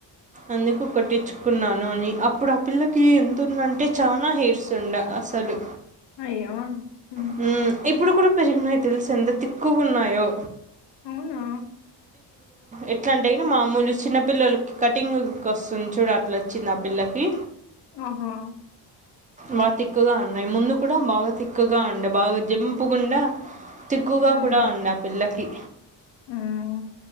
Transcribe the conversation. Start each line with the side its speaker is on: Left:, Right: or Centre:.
Right: అందుకు కొట్టించుకున్నాను అని అప్పుడు ఆ పిల్లకి ఎంతుందంటే చానా హెయిర్స్ ఉండ అస అలు
Left: అయ్యో ఉమ్
Right: హ్మ్ ఇప్పుడు కూడా పెరిగినయ తెలుసు ఎంత తిక్కుగున్నాయో
Left: అవ్నా
Right: ఎట్లా అంటే అయినా మామూలు చిన్నపిల్లలకి కటింగ్కి వస్తుంది చూడు అట్లా వచ్చింది ఆ పిల్లకి
Left: ఆహా
Right: బాగా తిక్కువగా ఉన్నాయి ముందు కూడా బాగా తిక్కుగా ఉండ బాగా జంపకుండా తిక్కువగా
Left: ఉమ్
Right: కూడా ఉన్న పిల్లకి
Left: హ్మ్